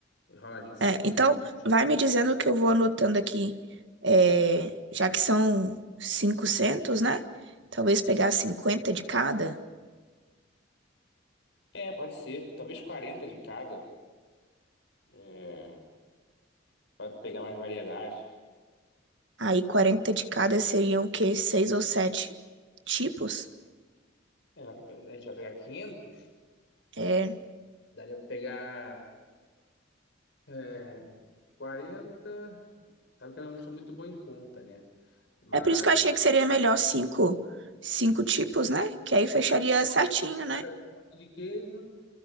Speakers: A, on the left; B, on the right.
A: enroladinho de salsicha.
B: É, então, vai me dizendo que eu vou anotando aqui, é, já que são 500, né? Talvez pegar 50 de cada.
A: É, pode ser. Talvez 40 de cada, é, para pegar mais variedade.
B: Aí 40 de cada seriam o quê? Seis ou sete tipos?
A: É, a gente vai pegar 500.
B: É.
A: daria pra pegar é, 40. Sabe que eu não sou muito bom em conta, né? Mas
B: É por isso que eu achei que seria melhor cinco, cinco tipos, né? Que aí
A: É,
B: fecharia
A: pode ser então.
B: certinho,
A: Então pega
B: né?
A: bolinha de queijo,